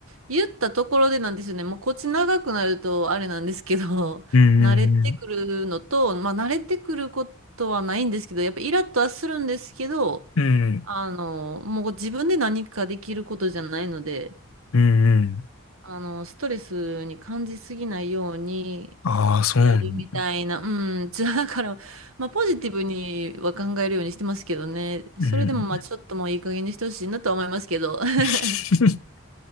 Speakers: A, on the right; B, on the left.
A: 言ったところでなんですよね。もうこっち長くなるとあれなんですけど、
B: うんうん
A: <laughs> 慣れてくるのと、まあ慣れてくることはないんですけど、やっぱイラッとはするんですけど、
B: うん。うん
A: あの、もう自分で何かできることじゃないので、
B: うんうん。
A: あの、ストレスに感じすぎないように
B: ああ、そうなんだ。
A: やるみたいな、うん、じゃあだから、まあ、ポジティブには考えるようにしてますけどね、それでもまあちょっともういい加減にしてほしいなとは思いますけど、
B: うん。
A: <laughs>
B: <laughs>